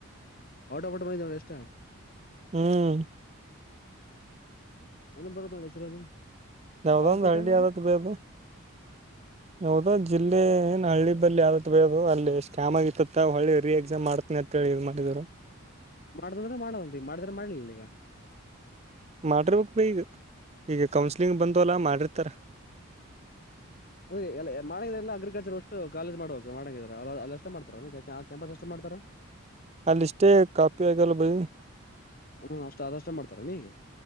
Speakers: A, on the left; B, on the right.
A: ಔಟ ಒಫ್ ಬಿಟ್ಟ ಬಂದದಿವಿ ಎಷ್ಟ.
B: ಹ್ಮ್.
A: ಏನ ಬರುತ್ತ ನೋಡಿ ಹೆಸರು ಅದು
B: ಯಾವದ
A: ಬಾಗಲಕೋಟೆ
B: ಒಂದು ಹಳ್ಳಡಿ
A: ಅನ್ನೋದು
B: ಆದತ್ ಬೈ ಅದು. ಯಾವ್ದೋ ಜಿಲ್ಲೆ. ಅಲ್ಲಿ ಏನ್ ಹಳ್ಳಿ ಬಿ ಯಾವತ್ ಬೋದು ಅಲ್ಲಿ ಸ್ಕ್ಯಾಮ್ ಆಗಿತ್ತ ಹಳ್ಳಿ ರಿ ಎಕ್ಸಾಮ್ ಮಾಡ್ತನಿ ಅಂತ ಹೇಳಿ ಇ ಮಾಡಿದ್ರು.
A: ಮಾಡ್ದಂದ್ರೆ ಮಾಡದಂತ ಮಾಡಿದ್ರೆ ಮಾಡ್ಲಿಲ್ಲ ಈಗ.
B: ಮಾಡಿರ್ಬೇಕಕ್ ಈಗ ಈಗ ಕೌನ್ಸ್ಲಿಂಗ್ ಬಂದ ಅಲ್ಲ ಮಾಡಿರ್ತಾರ.
A: ಅದ ಮಾಡಿದ ಎಲ್ಲ ಅಗ್ರಿಕಲ್ಚರ್. ಕಾಲೇಜ್ ಮಾಡ್ಕ್ ಮಾಡಂಗಿದರ ಅ ಎಷ್ಟ ಮಾಡ್ತಾರಂಪಸ್ ಎಷ್ಟ ಮಾಡ್ತಾರ.
B: ಅಲ್ಲಿಷ್ಟೇ ಕಾಪಿ ಆಗಲ್ಲ ಬಯಿ.
A: ಹಾ ಅಷ್ಟ ಅದಷ್ಟ ಮಾಡ್ತಾರ ನೀಗ.